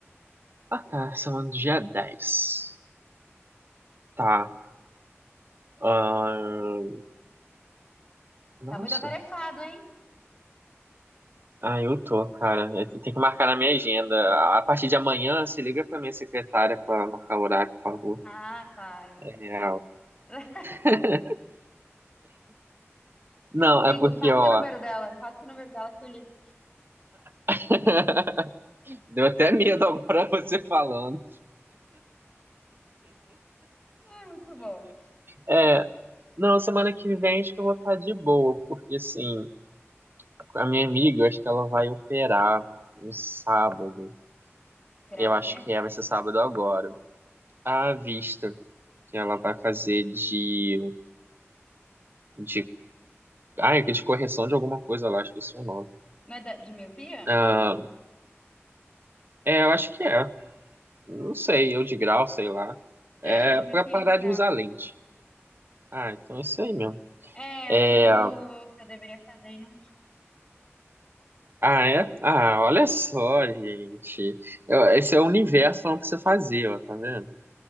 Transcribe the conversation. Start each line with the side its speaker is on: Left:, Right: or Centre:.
Right: Ah, tá, semana do dia 10. Tá. ah, nossa.
Left: Tá muito atarefado, hein?
Right: Ah, eu tô, cara. Eu tenho que marcar na minha agenda. A partir de amanhã, se liga pra minha secretária pra marcar o horário, por favor.
Left: Ah, claro.
Right: É,
Left: <laughs>
Right: <laughs> não,
Left: Ligo,
Right: é porque,
Left: me passa
Right: ó,
Left: o número dela, me passa o número dela que eu ligo.
Right: <laughs> deu até medo agora <laughs> você falando.
Left: Ah, muito bom.
Right: É, não, semana que vem acho que eu vou estar de boa, porque assim. A minha amiga, eu acho que ela vai operar no sábado.
Left: Esperar
Right: Eu
Left: o
Right: acho
Left: quê?
Right: que é, vai ser sábado agora. A vista que ela vai fazer de, de, ah, de correção de alguma coisa lá, acho que esse é o nome.
Left: Não é da- de miopia?
Right: Ah, é, eu acho que é. Não sei, eu de grau, sei lá. É
Left: É, de miopia
Right: pra parar
Left: de grau.
Right: de usar lente. Ah, então é isso aí mesmo.
Left: É,
Right: É,
Left: o que eu, o que eu deveria fazer e não.
Right: ah, é? Ah, olha só, gente. Eu- esse é o universo falando pra você fazer, ó, tá vendo?